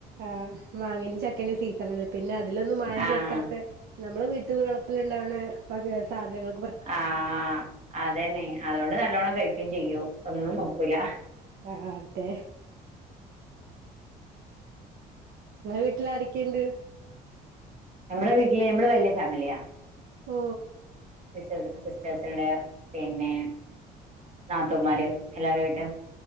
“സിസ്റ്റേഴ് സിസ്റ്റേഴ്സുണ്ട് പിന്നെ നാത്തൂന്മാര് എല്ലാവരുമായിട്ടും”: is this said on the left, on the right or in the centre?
Right